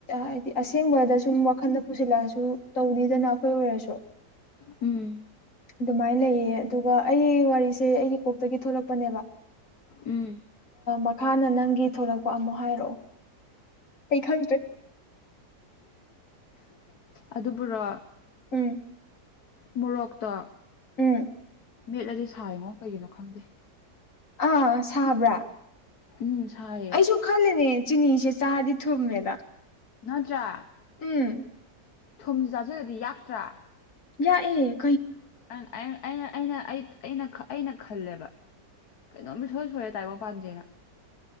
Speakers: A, on the left (about 50°); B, on the left (about 65°).
A: ꯍꯥꯏꯗꯤ ꯑꯁꯦꯡꯕꯗ ꯁꯨꯝ ꯋꯥꯈꯟꯗ ꯄꯨꯁꯤꯜꯂꯛꯑꯁꯨ ꯇꯧꯅꯤꯗꯅ ꯍꯈꯣꯏ ꯑꯣꯏꯔꯁꯨ
B: ꯎꯝ
A: ꯑꯗꯨꯃꯥꯏꯅ ꯂꯩꯌꯦ ꯑꯗꯨꯒ ꯑꯩ ꯋꯥꯔꯤꯁꯦ ꯑꯩꯒꯤ ꯀꯣꯛꯇꯒꯤ ꯊꯣꯛꯂꯛꯄꯅꯦꯕ
B: ꯎꯝ
A: ꯃꯈꯥꯅ ꯅꯪꯒꯤ ꯊꯂꯛꯄ ꯑꯃꯨꯛ ꯍꯥꯏꯔꯛꯑꯣ ꯑꯩ ꯈꯥꯡ ꯇ
B: ꯑꯗꯨꯕꯨꯔꯣ
A: ꯎꯝ
B: ꯃꯣꯔꯣꯛꯇ
A: ꯎꯝ
B: ꯃꯦꯠꯂꯗꯤ ꯁꯥꯔꯤꯉꯣ ꯀꯩꯒꯤꯅꯣ ꯈꯪꯗꯦ
A: ꯑꯥ ꯁꯥꯕ꯭ꯔꯥ
B: ꯎꯝ ꯁꯥꯏꯌꯦ
A: ꯑꯩꯁꯨ ꯈꯂꯦꯅꯦ ꯆꯤꯅꯤꯁꯦ ꯆꯥꯗꯤ ꯊꯨꯝꯃꯦꯗ
B: ꯅꯠꯇ꯭ꯔꯥ
A: ꯎꯝ
B: ꯊꯨꯝꯁꯨ ꯆꯥꯁꯤꯗꯗꯤ ꯌꯥꯛꯇ꯭ꯔꯥ
A: ꯌꯥ ꯌꯦꯠ
B: ꯑꯩꯅ ꯑꯩꯅ ꯑꯩꯅ ꯑꯩꯅ ꯈꯜꯂꯦꯕ ꯀꯩꯅꯣꯝ ꯃꯤꯁꯣꯏ ꯁꯣꯏꯔꯦ ꯇꯥꯏꯕꯪꯄꯥꯟꯁꯦꯅ